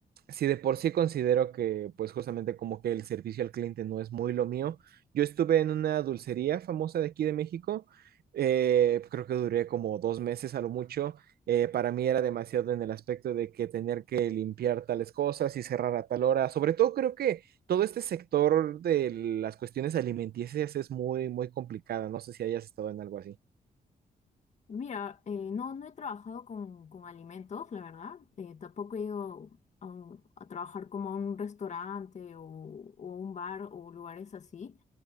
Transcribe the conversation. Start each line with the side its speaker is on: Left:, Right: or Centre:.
Right: si de por sí considero que, pues justamente como que el servicio al cliente no es muy lo mío, yo estuve en una dulcería famosa de aquí de México, eh, creo que duré como dos meses a lo mucho, eh, para mí era demasiado en el aspecto de que tener que limpiar tales cosas y cerrar a tal hora, sobre todo creo que todo este sector de las cuestiones alimenticias es muy, muy complicada, no sé si hayas estado en algo así.
Left: Mira, eh, no, no he trabajado con, con alimentos, la verdad. Eh, tampoco he ido a, un- a trabajar como a un restaurante o, o un bar o lugares así.